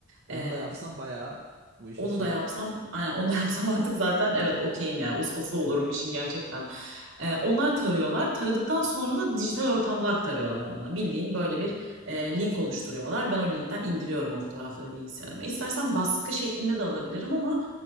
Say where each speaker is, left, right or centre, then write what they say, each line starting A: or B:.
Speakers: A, on the right; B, on the right.
A: Ee,
B: Onu da yapsam bayağı bu işin
A: Onu
B: şeyi
A: da yapsam,
B: olmuş olurdu.
A: aynen onu da <laughs> yapsam artık zaten evet okeyim yani ustası olurum işin gerçekten. Ee, onlar tarıyorlar. Taradıktan sonra da dijital ortamda aktarıyorlar bana. Bildiğin böyle
B: Hmm.
A: bir e, link oluşturuyorlar. Ben o linkten indiriyorum o fotoğrafları bilgisayarıma. İstersen baskı şeklinde de alabilirim ama